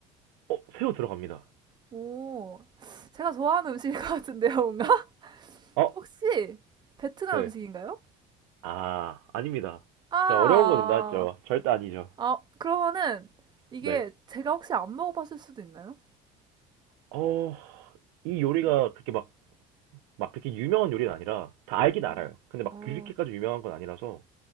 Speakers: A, on the right; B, on the right.
A: 어, 새우 들어갑니다.
B: 오, 제가 좋아하는 음식일 것 같은데요, 뭔가? <laughs>
A: 어,
B: 혹시 베트남
A: 네,
B: 음식인가요?
A: 아, 아닙니다.
B: 아,
A: 제가 어려운 거는 나왔죠. 절대 아니죠.
B: 아, 그러면은 이게
A: 네,
B: 제가 혹시 안 먹어봤을 수도 있나요?
A: 어, 이 요리가 그렇게 막, 막 그렇게 유명한 요리는 아니라 다 알긴
B: 어,
A: 알아요. 근데 막
B: 어,
A: 그렇게까지 유명한 건 아니라서